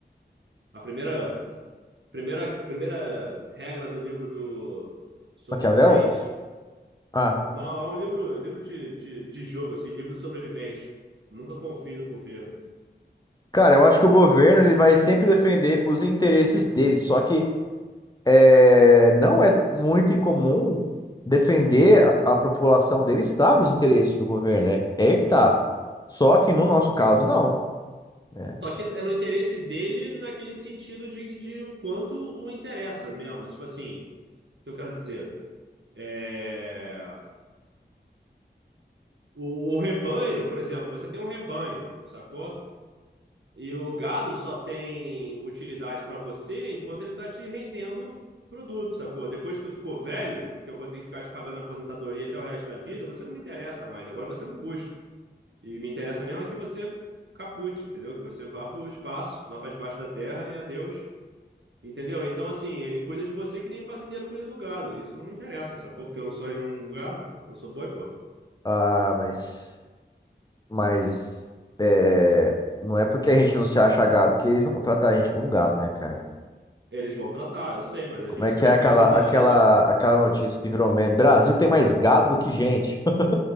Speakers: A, on the right (about 85°); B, on the left (about 20°).
A: A primeira, primeira, primeira regra do livro do sobrevivente
B: Maquiavel? Ah,
A: não, é um livro, livro de, de, de jogo, assim, livro do sobrevivente. Nunca confie no governo.
B: cara, eu acho que o governo ele vai sempre defender os interesses dele, só que é, não é muito incomum defender a, a população dele estar nos interesses do governo, é, é aí que tá. Só que no nosso caso, não, né?
A: Só que é no interesse dele naquele sentido de, de o quanto o interessa mesmo. Tipo assim, o que eu quero dizer? É... O, o rebanho, por exemplo, você tem um rebanho, sacou? E o gado só tem utilidade para você enquanto ele tá te rendendo produto, sacou? Depois que tu ficou velho, que eu vou ter que ficar te pagando aposentadoria até o resto da vida, você não me interessa mais. Agora você é um custo. E me interessa mesmo é que você capute, entendeu? Que você vá para o espaço, vá para debaixo da terra e adeus, entendeu? Então, assim, ele cuida de você que nem o fazendeiro cuida do gado. Isso não me interessa, sacou? Porque eu não sou nenhum gado, eu sou boi, pô.
B: Ah, mas, mas é, não é porque a gente não se acha gado que eles não vão tratar a gente como gado, né, cara?
A: Eles vão tratar, eu sei, mas
B: Como
A: a gente
B: é que
A: também
B: é aquela,
A: pode resistir,
B: aquela,
A: né?
B: aquela notícia que virou meme? Brasil tem mais gado do que gente. <laughs>